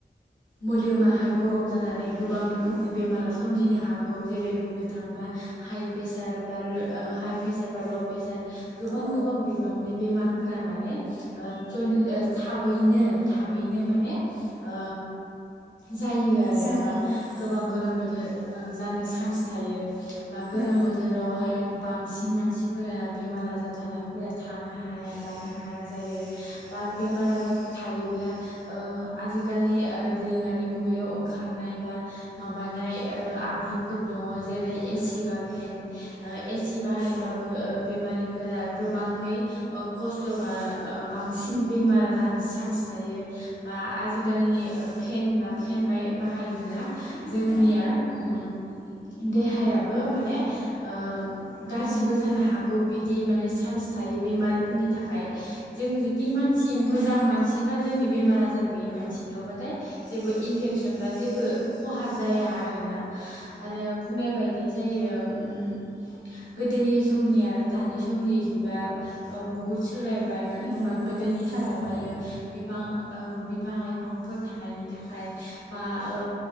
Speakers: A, on the left; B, on the right.
A: मोदोमाहाय गरम जानानै गोबां रोखोमनि बेमारा सोमजिनो हागौ जेरै बुंनो थाङोबा हाइ प्रेसार बा हाइ प्रेसार बा ल' प्रेसार गोबां
B: औ
A: गोबां बि गोबांनि बेमारफोरा माने ओ जल ओ थाबैनो थाबैनो माने ओ जायो आरो
B: जानो
A: बा
B: आरो
A: गोबां
B: औ
A: गोलोम बोथोर ओं जानो चान्स थायो। बा गोलोम
B: औ
A: बोथोरावहाय बांसिन मानसि फोरा बेमार आजार थानायफोरा थानो हाया जानो हाया जायो। बा बेमार आजार थायोब्ला ओ आजिखालनि ओ दोरोङारि मुगायाव ओंखारनाय बा माबानाय ओ आगजुफोर दङ जेरै एसि बा फेन ओ एसि बाहायबा ओ बेमारिफोरा गोबाङै ओ खस्थ' बा ओ बांसिन बेमारा जानो चान्स थायो बा आजिखालनि फेन बा फेन बा बाहायोब्ला जोंनिया उम देहायाबो माने ओ गाज्रिबो जानो हागौ बिदि माने चान्स थायो बेमारिफोरनि थाखाय। जों जु दि मानसि
B: औ औ
A: मोजां मानसि बा जोंनि बेमार आजार गैयि मानसिनियावबाथाय जेबो इनफेकसन बा जेबो खहा जाया आरोना। आरो बुंनाय बायदि जायो उम गोदोनि समनि आरो दानि समनि जुगा ओ बुहुद सोलायबाय मानो
B: उम
A: होनबा गोदोनि
B: गोबां फाराग
A: समावहायो
B: दं
A: बिफां ओं बिफां लाइफांफोर थानायनि थाखाय बा ओ